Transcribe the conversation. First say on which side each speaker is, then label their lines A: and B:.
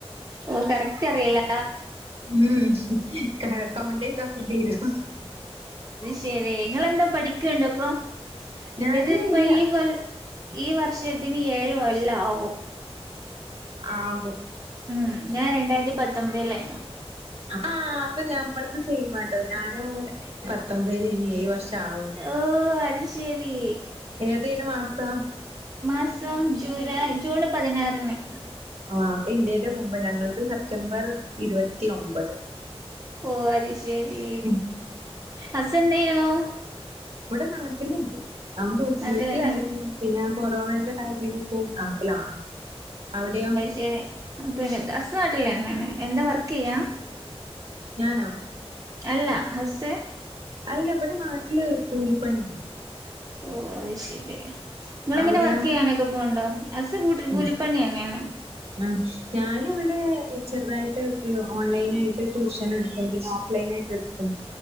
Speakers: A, on the right (about 35°); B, on the right (about 70°).
A: ഓ കറക്റ്റ് അറയില്ല
B: ഉം കൗണ്ടെയ്തോക്കണ്ടെരും
A: ശരി നിളെങ്ങന്താ പഠിക്കണ്ട് അപ്പൊ ഇന്റത്
B: ഞാന്
A: ഇപ്പൊ
B: ഇല്ല
A: ഈ കൊ ഈ വർഷത്തിന് ഏഴ് കൊല്ല ആവും
B: ആവും
A: ഉം ഞാൻ രണ്ടായിരത്തി പത്തൊമ്പതിലായിരുന്നു
B: ആഹ് അപ്പൊ ഞമ്മൾത് സെയിം ആട്ടോ ഞാൻ രണ്ടായിരത്തി പത്തൊമ്പതിലേനി ഏഴ് വർഷം ആവണ്
A: ഓഹ് അത്ശരി
B: ഏതേനു മാസം
A: മാസം ജൂലൈ ജൂണ് പതിനാറിന്
B: ആഹ് അപ്പ ഇന്റെ മുമ്പ് ഞങ്ങൾത് സെപ്റ്റംബർ ഇരുവത്തി ഒമ്പത്
A: ഓ അത്ശരി
B: ഉം
A: ഹസ്ന്തേയ്യുണൂ
B: ഇവിടെ നാട്ടിലുണ്ട് <inaudible>
A: നാട്ടിലെന്നെ
B: ഗൾഫിലായിരുന്നു പിന്നെ കൊറോണന്റെ ടൈമിൽ ഇപ് നാട്ടിലാണ് അവിടെയോ
A: ശരി പിന്നെ അസ് നാട്ടിലന്നെയാണ് എന്താ വർക്ക്യ്യാ
B: ഞാനോ
A: അല്ല ഹസ്
B: അല്ല ഇവിടെ നാട്ടില് കൂലിപ്പണി
A: ഓഹ് അത് ശരി നിങ്ങളെങ്ങനെ
B: അവിടെയോ
A: വർക്ക് ചെയ്യാനൊക്കെ പോണ് ണ്ടോ ഹസ് കൂട്ടരും
B: ഉം.
A: കൂലിപ്പണിന്നെയാണ്
B: ഉം ഞാനിവിടെ ചെറുതായിട്ട് ഓൺലൈൻ ആയിട്ട് ട്യൂഷൻ എടുക്കും പിന്നെ ഓഫ് ലൈനായിട്ട് എടു ക്കും